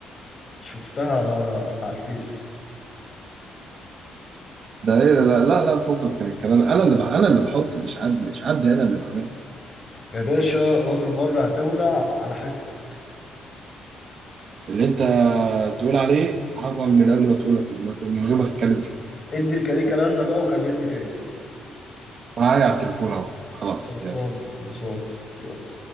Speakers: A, on the left; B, on the right.
A: شفتها على على الفيس
B: ده ايه لا لا لا فكك من الكلام انا اللي بح... انا اللي بحط الاشعاعات دي الاشعاعات دي انا اللي بعملها
A: يا باشا راس البر هتولع على حسك
B: اللي انت تقول عليه حصل من قبل ما تقوله في... من غير ما تتكلم فيه
A: ادي الكاريكا
B: بس
A: لنا بقى وكلمني تاني
B: معايا على التليفون اهو خلاص
A: خلصان
B: يعني.
A: خلصان يلا